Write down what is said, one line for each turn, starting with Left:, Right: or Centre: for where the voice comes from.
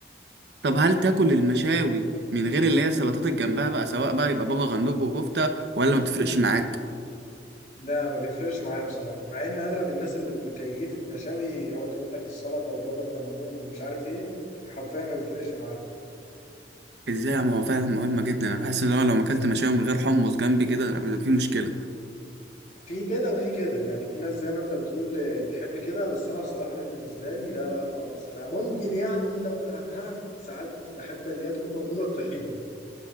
Right: طب هل تاكل المشاوي من غير اللي هي السلطات اللي جنبها بقى سواء بقى يبقى بابا غنوج وكفته ولا ما بتفرقش معاك
Left: لا ما بيفرقش معايا بصراحه مع ان اغلب الناس اللي كيفت مشاوي يقعد يقول لك السلطه وبابا غنوج ومش عارف ايه حرفيا ما بيفرقش معايا
Right: ازاي ما هو فعلا مهمه جدا انا بحس ان هو لو ما اكلت مشاوي من غير حمص جنبي كده أنا في مشكله
Left: في كده وفي كده يعني في ناس زي ما انت بتقول آه، تحب كده بس انا بصراحة بالنسبة لي لا لا خالص انا ممكن يعني اللي ابقى ها ساعات بحب اللي هي تكون موجودة الطحينة